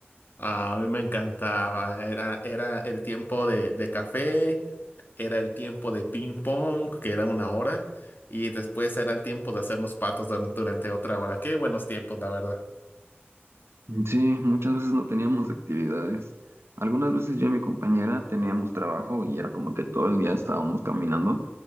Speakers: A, on the left (about 50°); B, on the right (about 80°).
A: A mí me encantaba. Era, era el tiempo de, de café, era el tiempo de ping pong, que era una hora, y después era el tiempo de hacernos patos dur- durante otra hora. Qué buenos tiempos, la verdad.
B: Sí, muchas veces no teníamos actividades. Algunas veces yo y mi compañera teníamos trabajo y era como que todo el día estábamos caminando